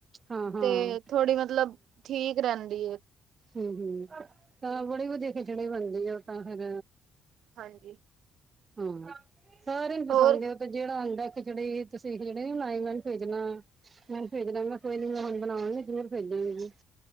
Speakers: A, on the right (about 35°); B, on the right (about 75°).
A: ਹਾਂ ਹਾਂ
B: ਤੇ ਥੋੜ੍ਹੀ ਮਤਲਬ, ਠੀਕ ਰਹਿੰਦੀ ਏ।
A: ਹੂੰ-ਹੂੰ, ਤਾਂ ਬੜੀ ਵਧੀਆ ਖਿਚੜੀ ਬਣਦੀ ਆ ਤਾਂ ਫੇਿਰ
B: ਹਾਂਜੀ
A: ਹੂੰ, ਸਾਰਿਆ ਨੂੰ ਪਸੰਦ
B: ਹੋਰ
A: ਏ ਓ ਤੇ ਜਿਹੜਾ ਆਂਦਾ ਐ ਖਿਚੜੀ, ਤੁਸੀਂ ਖਿਚੜੀ ਨੀ ਬਣਾਈ, ਮੈਨੂੰ ਭੇਜਣਾ ਮੈਂ ਭੇਜਦਾਗਾਂ ਕੋਈ ਨੀ, ਮੈਂ ਹੁਣ ਬਣਾਵਾਂਗੀ, ਜਰੂਰ ਭੇਜਗੀਂ ਜੀ।